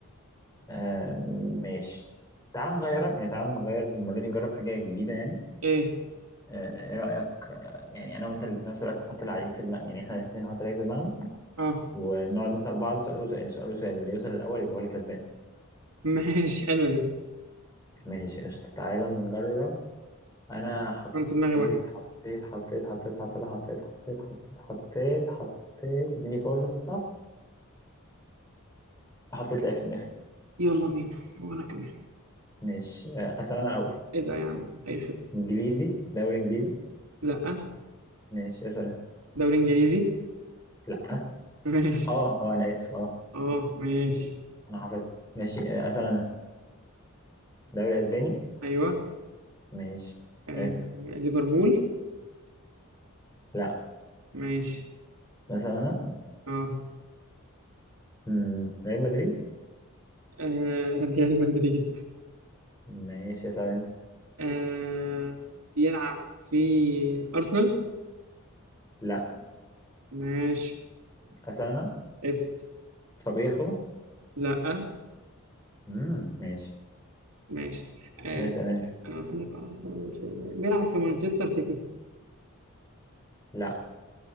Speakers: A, on the left; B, on the right.
A: آه ماشي تعال نغيرها يعني تعال نغير المره دي نجرب حاجه جديده يعني
B: ايه
A: آه ايه رايك آه يعني انا وانت اللي في نفس الوقت نحط لعيب في دماغنا يعني احنا الاثنين نحط لعيب في دماغنا
B: اه
A: ونقعد نسال بعض سؤال وسؤال سؤال وسؤال واللي يوصل الاول يبقى هو اللي كسبان
B: <laughs> ماشي حلوه دي
A: ماشي قشطه تعالى نجرب انا حطيت
B: انا في دماغي واحد
A: حطيت حطيت حطيت حطيت حطيت حطيت حطيت حطيت حطيت اديني فرصة حطيت لعيب في دماغي
B: يلا بينا وانا كمان
A: ماشي آه، اسأل انا الاول
B: اسال يا عم اي خدمه
A: انجليزي دوري انجليزي
B: لا
A: ماشي اسأل انت
B: دوري انجليزي
A: لا
B: <laughs> ماشي
A: اه اه انا اسف اه
B: اه ماشي
A: انا حافظ ماشي آه، اسأل انا دوري اسباني
B: ايوه
A: ماشي
B: آه.
A: اسأل
B: ليفربول
A: لا
B: ماشي
A: اسأل انا
B: اه
A: مم، ريال مدريد
B: آه، ريال مدريد
A: ماشي اسأل انت
B: آه. بيلعب في ارسنال
A: لا
B: ماشي
A: اسأل انا
B: اسال
A: فابيخو
B: لا
A: مم، ماشي
B: ماشي آه.
A: اسأل انت
B: انا قلت لك ارسنال مش بيلعب في مانشستر سيتي
A: لا